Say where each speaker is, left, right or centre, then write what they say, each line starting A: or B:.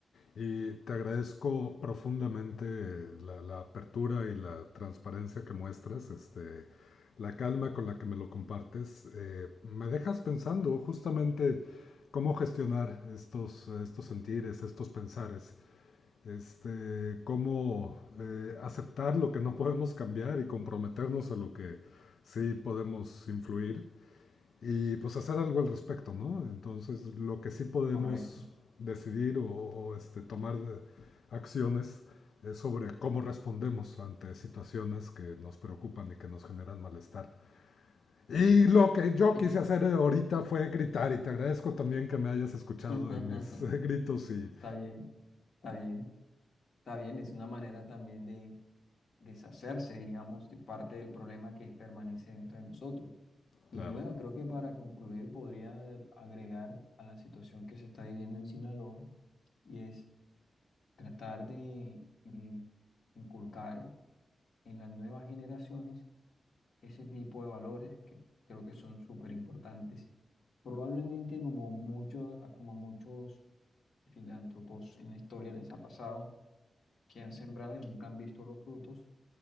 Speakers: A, on the left; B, on the left.
A: Y te agradezco profundamente la, la, apertura y la transparencia que muestras, este, la calma con la que me lo compartes. Eh, me dejas pensando justamente cómo gestionar estos, estos sentires, estos pensares, este, cómo eh, aceptar lo que no podemos cambiar y comprometernos a lo que sí podemos influir y pues hacer algo al respecto, ¿no? Entonces, lo que sí podemos
B: Correcto.
A: decidir o, o este, tomar de- acciones es sobre cómo respondemos ante situaciones que nos preocupan y que nos generan malestar. Y lo que yo
B: Ay.
A: quise hacer ahorita fue gritar y te agradezco también que me hayas escuchado
B: <laughs>
A: en mis <laughs> eh, gritos y
B: Está bien, está bien, está bien. Es una manera también de deshacerse, digamos, de parte del problema que permanece dentro de nosotros. Y
A: claro,
B: bueno, creo que para concluir podría agregar a la situación que se está viviendo en Sinaloa y es tratar de eh, inculcar en las nuevas generaciones ese tipo de valores que creo que son súper importantes. Probablemente como muchos, como muchos filántropos en la historia les ha pasado, que han sembrado y nunca han visto los frutos,